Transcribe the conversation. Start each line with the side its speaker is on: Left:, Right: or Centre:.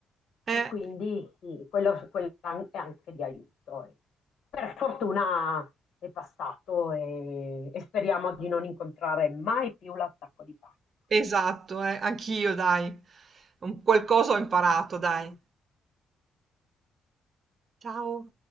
Right: eh,
Left: e quindi sì, quello, quello è anche di aiuto. eh per fortuna è passato e, e speriamo di non incontrare mai più l'attacco di panico.
Right: esatto, eh, anch'io, dai. Un qualcosa ho imparato, dai. Ciao.